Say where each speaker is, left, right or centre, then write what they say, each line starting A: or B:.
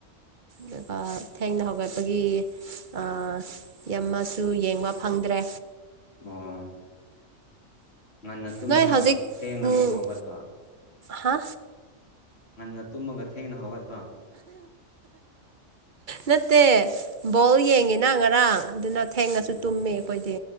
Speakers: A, on the right; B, on the left.
A: ꯗꯨꯒ ꯊꯦꯡꯅ ꯍꯧ ꯋꯠꯄꯒꯤ ꯑ ꯌꯥꯝꯃꯁꯨ ꯌꯦꯡꯕ ꯐꯪꯗ꯭ꯔꯦ
B: ꯑꯣ꯫ ꯉꯟꯅ ꯇꯨꯝꯃꯒ
A: ꯅꯣꯏ ꯍꯧꯖꯤꯛ
B: ꯊꯦꯡꯅ
A: ꯎꯝ
B: ꯑꯃꯨꯛ ꯍꯧꯒꯠꯄ꯫
A: ꯍꯥ
B: ꯉꯟꯅ ꯇꯨꯝꯃꯒ ꯊꯦꯡꯅ ꯍꯧꯒꯠꯄ
A: ꯅꯠꯇꯦ ꯕꯣꯜ ꯌꯦꯡꯉꯤꯅ ꯉꯔꯥꯡ꯫ ꯑꯗꯨꯅ ꯊꯦꯡꯅꯁꯨ
B: ꯎꯝ
A: ꯇꯨꯝꯃꯤ ꯑꯩꯈꯣꯏꯗꯤ